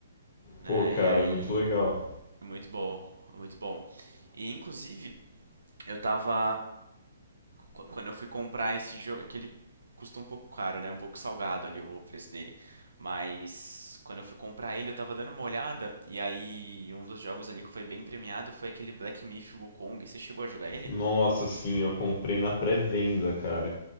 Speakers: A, on the right; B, on the left.
A: né?
B: Pô, cara,
A: E aí
B: muito legal.
A: é muito bom, é muito bom. E inclusive, Eu tava. qu- Quando eu fui comprar esse jogo, aquele custa um pouco caro, né? Um pouco salgado ali o preço dele. Mas quando eu fui comprar ele, eu tava dando uma olhada. E aí, um dos jogos ali que foi bem premiado foi aquele Black Myth Wukong. Você chegou a jogar ele?
B: Nossa, sim, eu comprei na pré-venda, cara.